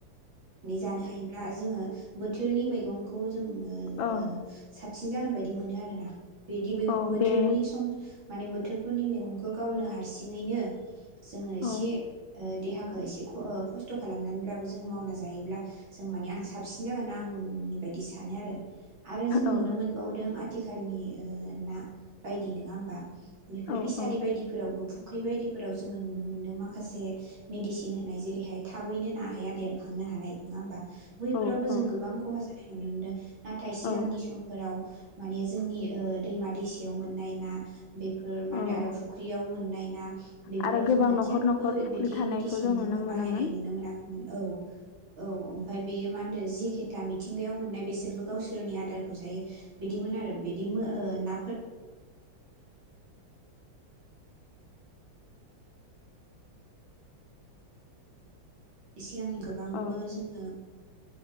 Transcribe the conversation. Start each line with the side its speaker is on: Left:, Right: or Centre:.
Right: नि जानो हायोब्ला जोंङो बोथोरनि मैगंखौ जोङो
Left: औ
Right: ओ सा बसिन जागोन बायदि मोनो आरो ना बिदि बो-बोथोरनि
Left: औ बे
Right: सम माने बोथ थोरफोरनि मैगंखौ गावनो हारसिङैनो जोङो एसे
Left: औ
Right: ओ देहाखौ एसे ख ओ खस्थ खालामनानैब्लाबो जोङो मावना जायोब्ला जों माने आं साबसिन जागोन ना आं उम बायदि सानो आरो आरो जों नुनो
Left: औ
Right: मोनबावदों थिखालनि ओ ना बायदि नङा होमबा बेफोर
Left: औ
Right: फिसारि
Left: औ
Right: बायदिफोरावबो फु ख्रि बायदिफोराव जोङो नुनो मोन्दों माखासे मेडिसिन होनाय जेरैहाय थाबैनो ना हाया देर खांनो हानाय नङा होमबा बैफोरावबो
Left: औ
Right: जों गोबां खहा जानाय नुनोमोनदों नाथाय सिगांनि
Left: औ
Right: समफोराव माने जोंनि ओ दैमा दैसायाव मोननाय ना बेफोर माने
Left: औ
Right: आरो फुख्रियाव मोननाय ना बेफोराव
Left: आरो गोबां
Right: जोङो
Left: न'खर
Right: जेबो
Left: न'खर फुख्रि
Right: बिदि
Left: थानायखौ
Right: मेडिसिन
Left: जों नुनो
Right: जोंङो
Left: मोनोमोन
Right: बाहायनाय नुनो मोनाखैमोन औ औ ओमफाय बे बियो मा होनदो जिखिथा मिथिंगायाव मोननाय बिसोरबो गावसोरनि आदारखौ जायो बिदिमोन आरो बिदि मो ओ नाफोर इसे सिगांनि गोबांबो
Left: औ
Right: जोङो